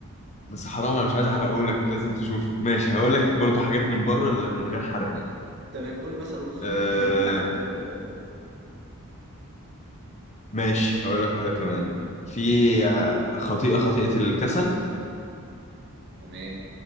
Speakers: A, on the left; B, on the right.
A: بس حرام انا مش عايز احرقه لك لازم تشوفه ماشي هقول لك برضه حاجات من بره اللي من غير حرق يعني
B: تمام قول مثلا الخطيئه
A: آه
B: كمان من الخطايا اللي كانت موجوده
A: ماشي هقول لك واحده كمان في خطيئه خطيئه الكسل
B: تمام